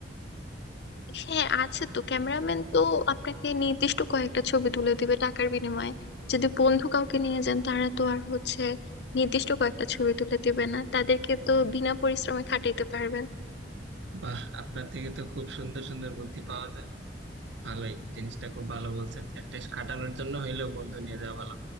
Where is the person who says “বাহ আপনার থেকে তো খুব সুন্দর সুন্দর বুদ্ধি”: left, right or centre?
Right